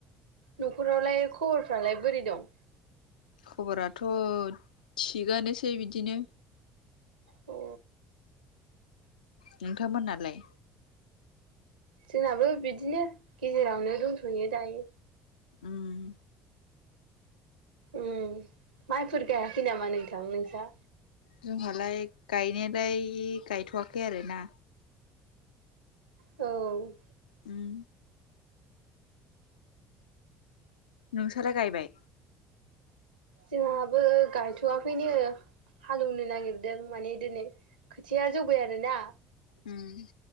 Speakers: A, on the right; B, on the left.
A: न'खरावलाय खबरफ्रालाय बोरै दं
B: खबराथ' थिगानोसै बिदिनो
A: औ
B: नोंथांमोनालाय
A: जोंनाबो बिदिनो गेजेरावनो दंथ'यो दायो
B: उम
A: उम माइफोर गायाखै नामा नोंथां नोंस्रा?
B: जोंहालाय गायनायलाय गायथ'वाखै आरोना
A: औ
B: उम नोंसोरलाय गायबाय?
A: जोंहाबो गायथ'वाखैनो हालेवनो नागिरदों माने दिनै खोथिया जौबाय आरोना
B: उम